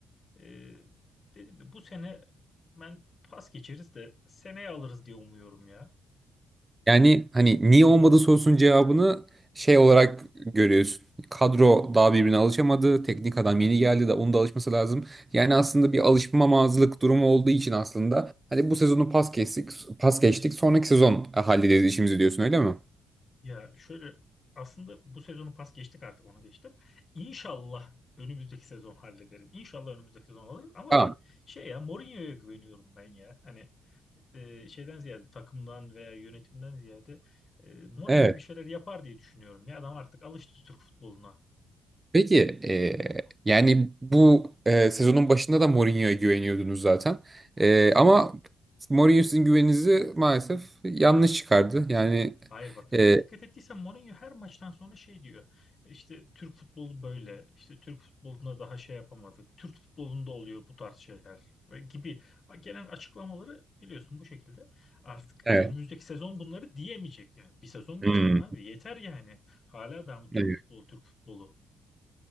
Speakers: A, on the left; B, on the right.
A: E, dedim bu sene ben pas geçeriz de seneye alırız diye umuyorum ya.
B: Yani hani niye olmadı sorusunun cevabını şey olarak görüyorsun. Kadro daha birbirine alışamadı. Teknik adam yeni geldi de onun da alışması lazım. Yani aslında bir alışmamazlık durumu olduğu için aslında hani bu sezonu pas geçtik, pas geçtik. Sonraki sezon hallederiz işimizi diyorsun öyle mi?
A: Ya şöyle aslında bu sezonu pas geçtik artık onu geçtim. İnşallah önümüzdeki sezon hallederiz. İnşallah önümüzdeki sezon alırız. Ama
B: Tamam.
A: ben şey ya Mourinho'ya güveniyorum ben ya. Hani e, şeyden ziyade takımdan veya yönetimden ziyade e, Mourinho
B: Evet.
A: bir şeyler yapar diye düşünüyorum. Ya adam artık alıştı Türk futboluna.
B: Peki e, yani bu e, sezonun başında da Mourinho'ya güveniyordunuz zaten. E, ama Mourinho sizin güveninizi maalesef yanlış çıkardı. Yani
A: Hayır bak ya
B: e,
A: dikkat ettiysen Mourinho her maçtan sonra şey diyor. İşte Türk futbolu böyle. İşte Türk futboluna daha şey yapamadık. Türk futbolunda oluyor bu tarz şeyler ve gibi Bak, genel açıklamaları biliyorsun bu şekilde. Artık
B: evet.
A: önümüzdeki sezon bunları diyemeyecek yani. Bir sezon geçirin
B: Hmm,
A: abi yeter yani. Hala daha mı Türk
B: evet.
A: futbolu Türk futbolu.